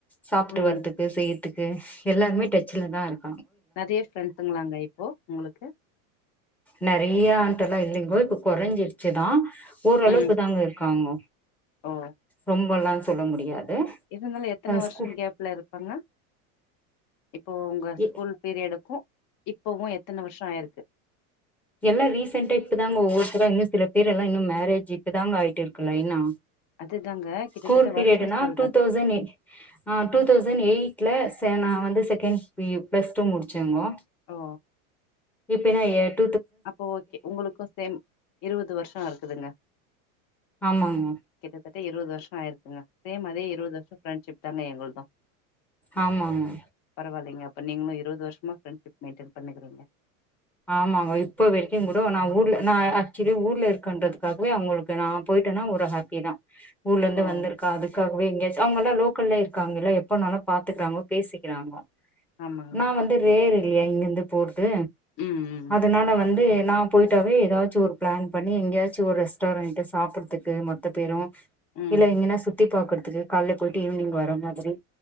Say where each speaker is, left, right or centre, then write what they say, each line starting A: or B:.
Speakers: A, in the centre; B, on the left.
A: சாப்புட்டு
B: ம்
A: வரதுக்கு செய்ய த்துக்கு எல்லாருமே டச்சல தான் இருக்
B: நெறைய ஃப்ரெண்ட்ஸ் குங்களாங்க இப்போ உங்களுக்கு
A: நிறையா அண்டல்லாம் இல்லிங்க இப்ப குறைஞ்சிருச்சுதான் <inaudible> ஓரளவுக்கு
B: ம்
A: தாங்க இருக்காங்கோ
B: ஓ
A: ரொம்பலாம் சொல்ல முடியாது
B: இருந்தாலும் எத்தனை
A: அ
B: வருஷம்
A: ஸ்கூ
B: கேப்ல இருப்பாங்க இப்போ உங்க ஸ்கூல்
A: எ
B: பீரியடுக்கும் இப்பவும் எத்தன வருஷம் ஆயிருக்கு
A: எல்லாம் ரீசெண்டா இப்பதாங்க ஒவ்வொருத்தரா இன்னும் சில பேர் எல்லாம் இன்னும் மேரேஜ் இப்பதாங்க ஆயிட்டு இருக்கு லைன்னா
B: அதுதாங்க கிட்டத்தட்ட
A: ஸ்கூர் பீரியடனா
B: வருஷோ சொல்றே
A: டூ தெளசண் ஆ டூ தெளசண்ட் எயிட் வீட்ல சே நான் வந்து செகண்ட் பியூ பிளஸ் டூ முடிச்சேங்கோ
B: ஓ
A: இப்ப என்ன இயர்
B: அப்போ ஓகே உங்களுக்கும் சேம் இருபது வருஷம் இருக்குதுங்க
A: ஆமாங்க
B: கிட்டத்தட்ட இருபது வருஷம் ஆய் இருக்குங்க சேம் அதே இருபது வருஷம் ஃப்ரெண்டஷிப் தாங்க எங்களுக்கு ஆ <inaudible>
A: ஆமா ஆமா
B: பரவாயில்லைங்க அப்போ நீங்களும் இருபது வருஷமா ஃப்ரெண்ட்ஷிப் மெயின்டென் பண்ணியிக்குறீங்க
A: ஆமாங்க இப்ப வரைக்கும் கூட நான் ஊர்ல நான் ஆக்சுவலி ஊர்ல இருக்கன்றதுக்காகவே அவங்களுக்கு நான் போயிட்டேனா ஒரு ஹாப்பி தான் ஊர்ல இருந்து
B: ஓ
A: வந்திருக்கா அதுாகவே எங்கேயாச்சும் அவுங்க எல்லாம் லோக்கல்ல இருக்கா இல்ல எப்பனாலும் பாத்துக்கறாங்க பேசிக்கிறாங்க
B: ஆமாங்க
A: நான் வந்து ரேர் இல்லையா இங்கிருந்து போற்து
B: ம் ம்
A: அதனால வந் து நான் போய்டிட்டாவே ஏதாச்சும் ஒரு பிளான் பண்ணி எங்கேயாச்சும் ஒரு ரெஸ்டாரண்ட்டு சாப்பிட்றதுக்கு மொத்த பேரும்
B: ம்
A: இல்ல இங்கனா சுத் தி பார்கறதுக்கு கால்ல போயிட்டு ஈவினங் வர மாதிரி